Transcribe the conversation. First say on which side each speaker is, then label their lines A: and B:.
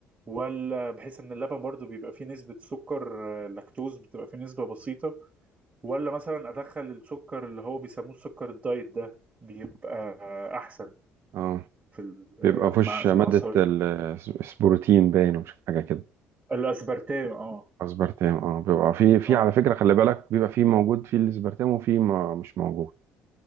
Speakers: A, on the right; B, on the right.
A: ولا بحيث ان اللبن برضو بيبقى فيه نسبة سكر آه، لاكتوز بتبقى فيه نسبة بسيطة ولا مثلا ادخل السكر اللي هو بيسموه السكر الدايت ده بيبقى احسن
B: اه
A: في ال- آه،
B: بيبقى فيهوش
A: مع في
B: مادة
A: العصاير
B: ال- البروتين باين ومش حاجة كده
A: الاسبرتام اه
B: اسبرتام اه بيبقى في في
A: اه
B: على فكرة خلي بالك بيبقى في موجود في الاسبرتام وفي ما مش موجود